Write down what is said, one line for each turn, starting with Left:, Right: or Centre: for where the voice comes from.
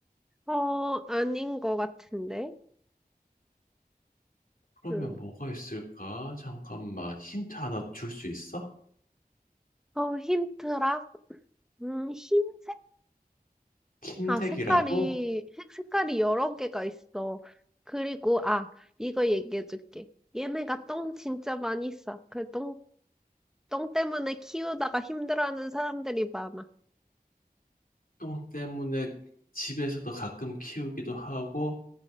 Centre: 어, 어, 아닌 것 같은데.
Left: 그러면
Centre: 응.
Left: 뭐가 있을까? 잠깐만 힌트 하나 줄 수 있어?
Centre: 어, 힌트라? 음, 흰색?
Left: 킨색이라고
Centre: 아, 색깔이, 색- 색깔이 여러 개가 있어. 그리고, 아, 이거 얘기해 줄게. 얘네가 똥 진짜 많이 싸. 그 똥, 똥 때문에 키우다가 힘들어하는 사람들이 많아.
Left: 똥 때문에 집에서도 가끔 키우기도 하고